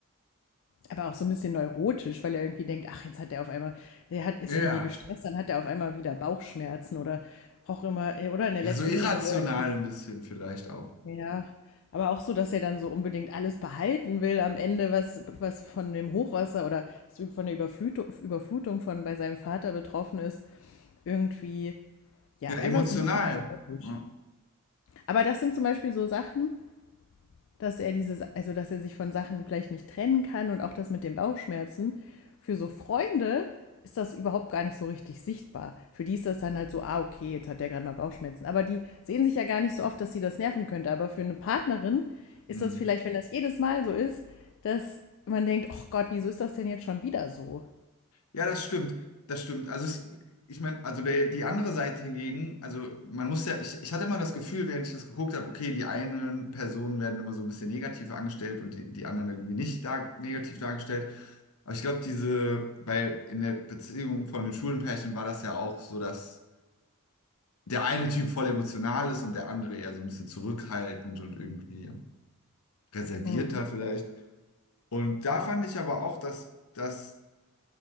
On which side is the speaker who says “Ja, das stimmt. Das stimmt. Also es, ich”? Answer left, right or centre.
Left